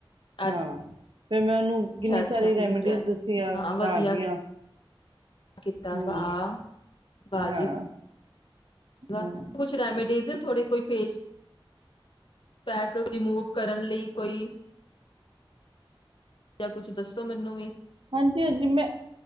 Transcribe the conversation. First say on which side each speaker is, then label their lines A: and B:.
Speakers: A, on the left; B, on the right.
A: ਅੱਛਾ
B: ਹਾਂ ਫਿਰ ਮੈਂ ਉਹਨੂੰ ਕਿੰਨੀ
A: ਅੱਛਾ
B: ਸਾਰੀ ਰੈਮਡੀਜ਼
A: ਠੀਕ ਹੈ
B: ਦੱਸੀਆਂ
A: ਹਾਂ ਵਧੀਆ
B: ਘਰ ਦੀਆਂ।
A: ਕੀਤਾ
B: ਹਮ
A: ਵਾਹ ਬਾਜੀ
B: ਹਾਂ
A: <unintelligible>
B: ਹਮ,
A: ਕੁਛ ਰੈਮਡੀਜ਼ ਥੋੜੇ ਕੋਈ ਫੇਸ ਪੈਕ ਰਿਮੂਵ ਕਰਨ ਲਈ, ਕੋਈ ਜਾਂ ਕੁਛ ਦੱਸੋ ਮੈਨੂੰ ਵੀ
B: ਹਾਂਜੀ ਹਾਂਜੀ ਮੈਂ